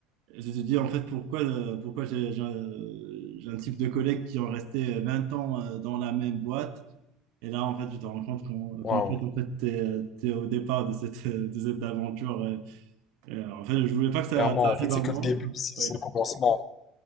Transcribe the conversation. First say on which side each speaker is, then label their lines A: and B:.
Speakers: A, on the right (about 65°); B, on the left (about 30°).
A: je te dis en fait, pourquoi, euh, pourquoi j'ai j'ai un j'ai un type de collègues qui ont resté 20 ans euh, dans la même boîte et là, en fait, tu te rends compte qu'en qu'en
B: Waouh.
A: fait, en fait, t'es, euh, t'es au départ de cette, euh, de cette aventure. euh. Euh, en fait, je voulais pas que ça,
B: Clairement,
A: ça arrive
B: en fait, c'est
A: à moi.
B: que le début, c'est
A: <laughs> Oui,
B: c'est le commencement.